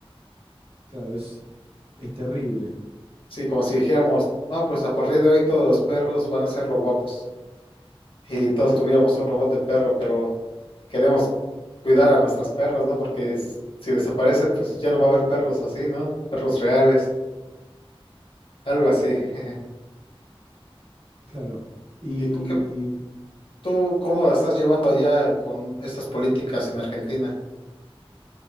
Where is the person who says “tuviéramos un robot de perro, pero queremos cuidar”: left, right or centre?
Left